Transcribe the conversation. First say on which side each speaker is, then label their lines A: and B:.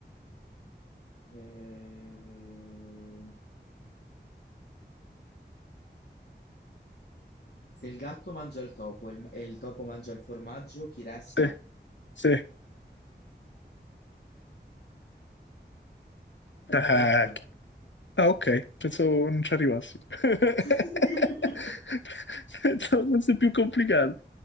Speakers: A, on the left; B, on the left.
A: Eh, Se il gatto mangia il topo e il, e il topo mangia il formaggio, chi resta?
B: Sì, sì. Ah,
A: Il gatto.
B: chi- ah, ok, pensavo non ci arrivassi. <laughs>
A: <laughs>
B: Pensavo fosse più complicato.